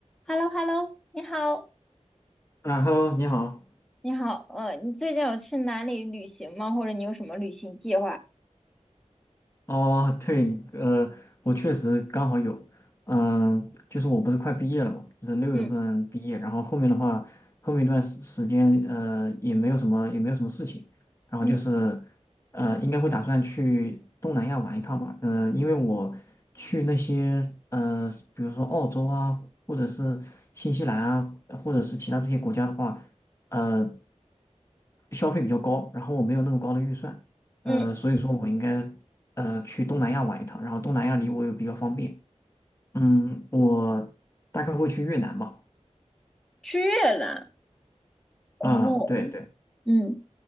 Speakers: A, in the centre; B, on the left (about 20°).
A: h e l l o h e l l o 你好，
B: 啊，Hello，你好。
A: 你好，呃，你最近有去哪里旅行吗？或者你有什么旅行计划？
B: 哦，对，呃，我确实刚好有，嗯、就是我不是快毕业了嘛，就是六月份毕业，
A: 嗯
B: 然后后面的话，后面一段时时间，呃，也没有什么，也没有什么事情，然后就是，
A: 嗯
B: 呃，应该会打算去东南亚玩一趟吧，嗯、因为我去那些，呃，比如说澳洲啊，或者是新西兰啊，或者是其他这些国家的话，呃。消费比较高，然后我没有那么高的预算，
A: 嗯，
B: 呃，所以说我应该呃去东南亚玩一趟，然后东南亚离我又比较方便。嗯，我大概会去越南吧。
A: 去越南哦，
B: 啊、对对。
A: 嗯，